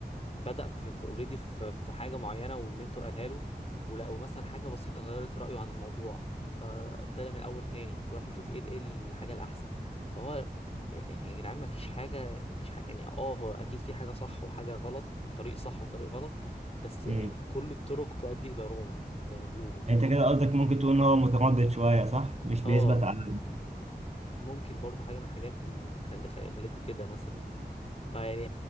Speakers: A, on the left; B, on the right.
A: بدأ في اوريدي في, already في في حاجه معينه والمنتور قالها له ولا ومثلا حاجه بسيطه غيرت رايه عن الموضوع فابتدى من الاول تاني وراح يشوف ايه ال- ايه الحاجه الاحسن فهو يعني يا جدعان ما فيش حاجه ما فيش حاجة يعني اه هو اكيد في حاجه صح وحاجه غلط طريق صح وطريق غلط بس يعني
B: امم
A: كل الطرق تؤدي الى روما زي ما بيقولوا
B: أنت كده قصدك ممكن تقول إن هو متردد شوية صح؟ مش
A: اه
B: بيثبت على
A: ممكن برضه حاجه من الحاجات اللي تخلي خليته كده مثلا فيعني